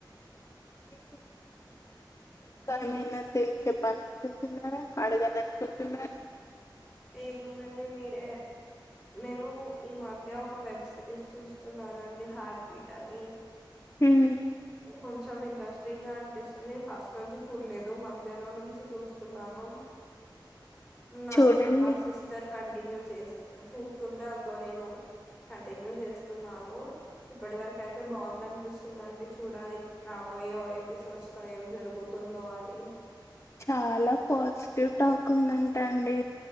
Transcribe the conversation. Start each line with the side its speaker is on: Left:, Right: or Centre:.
Left: మేము ఇంకా ఏమైనా తెలియ చెెప్పాలనుకుంటున్నారా అడగాలనుకుంటున్నారా
Centre: ఏముందండి మీరే నేను ఈ మధ్య ఒక వెబ్ సిరీస్ చూస్తున్నానండి హార్ట్ బీట్ అని
Left: ఉమ్,
Centre: కొన్ చం ఇంట్రెస్టింగ్ గా అనిపిస్తుంది ఫస్ట్ నుంచి చూడలేదు మధ్యానం నుంచి చూస్తున్నాను నా
Left: చూడండి
Centre: సిస్ మా సిస్టర్ కంటిన్యూ చేస్ చూస్తుంటే అందులో నేను కంటిన్యూ చేస్తున్నాను ఇప్పటి వరకు అయితే బాగుందనిపిస్తుందండి చూడాలి రాబో పోయో ఎపిసోడ్స్ లో ఏం జరుగుతుందో అని
Left: చాలా పాజిటివ్ టాక్ ఉందంట అండి